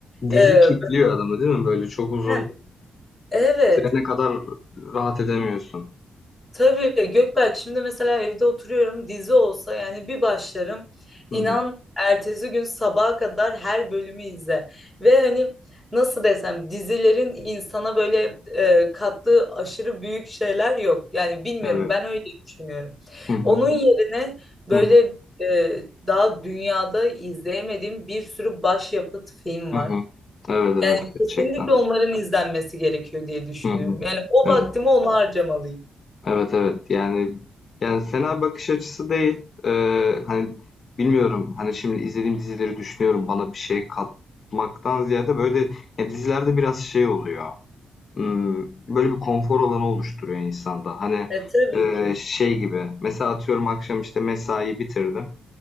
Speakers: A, on the left; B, in the centre.
A: Dizi
B: e,
A: kitliyor adamı değil mi? Böyle çok uzun
B: ben- evet.
A: sürene kadar rahat edemiyorsun.
B: Tabii Gökberk şimdi mesela evde oturuyorum dizi olsa yani bir başlarım
A: Hı
B: inan
A: hı.
B: ertesi gün sabaha kadar her bölümü izle ve hani nasıl desem dizilerin insana böyle e, kattığı aşırı büyük şeyler yok yani bilmiyorum
A: Evet.
B: ben öyle düşünüyorum.
A: Hı hı.
B: Onun yerine böyle
A: Hı hı.
B: e, daha dünyada izleyemediğim bir sürü başyapıt film
A: Hı
B: var.
A: hı. Evet,
B: Yani
A: evet gerçekten.
B: kesinlikle onların izlenmesi gerekiyor diye düşünüyorum.
A: Hı hı.
B: Yani o
A: Evet.
B: vaktimi ona harcamalıyım.
A: Evet, evet. Yani yani fena bakış açısı değil. Ee, hani bilmiyorum. Hani şimdi izlediğim dizileri düşünüyorum bana bir şey katmaktan ziyade böyle ya dizilerde biraz şey oluyor. Hmm, böyle bir konfor alanı oluşturuyor insanda. Hani
B: E tabii
A: e,
B: ki.
A: şey gibi. Mesela atıyorum akşam işte mesai bitirdim.